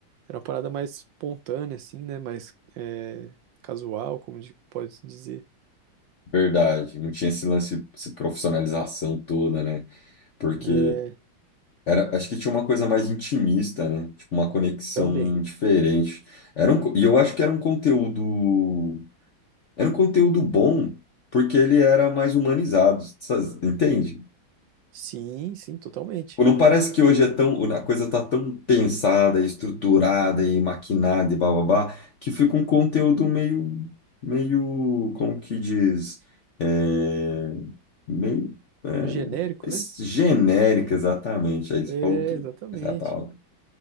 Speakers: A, on the right; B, on the left.
A: Era uma parada mais espontânea, assim, né, mais é, casual, como de- pode-se dizer.
B: Verdade, não tinha esse lance, essa profissionalização toda, né? Porque
A: É,
B: era, acho que tinha uma coisa mais intimista, né? Tipo, uma conexão
A: também.
B: diferente. Era um, co- e eu acho que era um conteúdo Era um conteúdo bom porque ele era mais humanizado, sabe? entende?
A: Sim, sim, totalmente.
B: Tipo, não parece que hoje é tão, a coisa tá tão pensada, estruturada e maquinada e bababá, que fica um conteúdo meio, meio, como que diz, É, meio,
A: O genérico,
B: é, es-
A: né?
B: genérico, exatamente. Aí você
A: É,
B: falou tudo,
A: exatamente.
B: essa é a palavra.